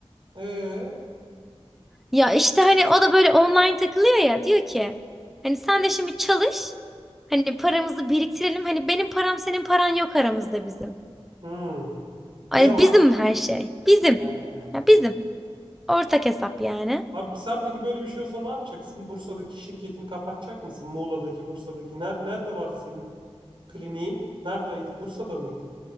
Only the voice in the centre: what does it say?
Ya işte hani o da böyle online takılıyor ya diyor ki hani sen de şimdi çalış hani paramızı biriktirelim hani benim param senin paran yok aramızda bizim.
Ay
bizim her şey bizim
ya bizim ortak hesap yani.